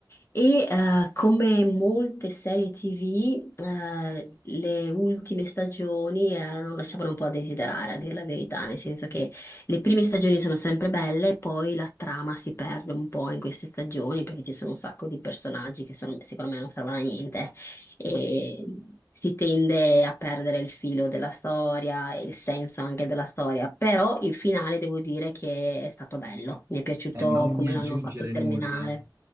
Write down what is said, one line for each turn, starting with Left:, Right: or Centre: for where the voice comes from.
Left: E eh, come molte serie TV, eh, le ultime stagioni erano- lasciavano un po' a desiderare, a dir la verità, nel senso che le prime stagioni sono sempre belle, poi la trama si perde un po' in queste stagioni perché ci sono un sacco di personaggi che sono- secondo me non servono a niente e si tende a perdere il filo della storia, e il senso anche della storia, però il finale devo dire che è stato bello, mi è piaciuto
Right: E non
Left: come
Right: mi aggiungere
Left: l'hanno fatto terminare.
Right: nulla,